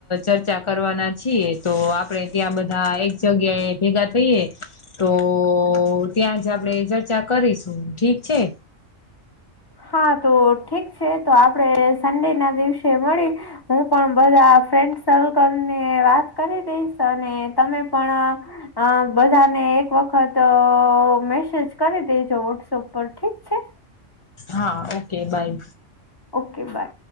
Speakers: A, on the left; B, on the left.
A: ચર્ચા કરવાના છીએ તો આપડે ત્યાં બધા એક જગ્યાએ ભેગા થઈએ તો ત્યાં જ આપણેે ચર્ચા કરીશું ઠીક છે.
B: હા તો ઠીક છે, તો આપણેે સન્ડેના દિવસે મળી હું પણ બધા ફ્રેન્ડ સર્કલ ને વાત કરી દઈશ અને તમે પણ અ બધાને એક વખત મેસેજ કરી દેજો વોટ્સપ પર ઠીક છે.
A: હા ઓકે બાય
B: ઓકે બા